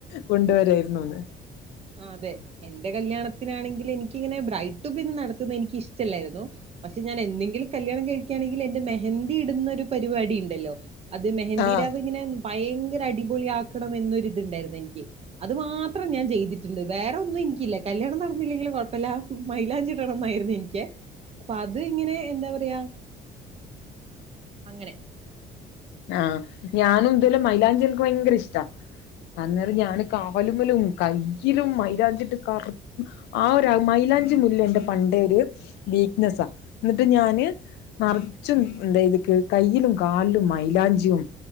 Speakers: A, on the left (about 85°); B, on the right (about 35°).
A: കൊണ്ടുവരായിരുന്നു അന്ന്
B: ആ അതെ എന്റെ കല്യാണത്തിനാണെങ്കിൽ എനിക്കിങ്ങനെ ബ്രൈഡ് ടു ബി ഒന്നും നട തുന്ന എനിക്ക് ഇഷ്ടല്ലായിരുന്നു പക്ഷെ ഞാൻ എന്തെങ്കിലും കല്യാണം കഴിക്കുകയാണെങ്കിൽ എന്റെ മെഹന്തി ഇടുന്ന ഒരു പരിപാടി ണ്ടല്ലോ അത് മെഹന്ദീരാവ്
A: ആഹ്
B: ഇങ്ങനെ ഭയങ്കര അടിപൊളി ആക്കണം എന്നൊരി ഇതുണ്ടായിരുന്നു എനിക്ക് അത് മാത്രം ഞാൻ ചെയ്തു ണ്ട് വേറെ ഒന്നും എനിക്കില്ല കല്യാണം നടന്നില്ലെങ്കിലും കൊഴപ്പില്ല മൈലാഞ്ചിടണം എന്നായിരുന്ന് എനിക്കെ അപ്പൊ അത് ഇങ്ങനെ എന്താ പറയാ അങ്ങനെ
A: ആഹ് ഞാനും ഇതുലെ മൈലാഞ്ചിനക്ക് ഭയങ്കരിഷ്ടാ അന്നേരം ഞാന് കാലുമ്മലും കയ്യിലും മൈലാഞ്ചിട്ട് കറു ആ ഒരു മൈ ലാഞ്ചിമുല്ല എന്റെ പണ്ടേരു വീക്ക്നെസാ എന്നിട്ട് ഞാന് നറച്ചും എന്താ എന്താ ചെയ്തക്ക് കയ്യിലും കാലിലും മൈലാഞ്ചിയും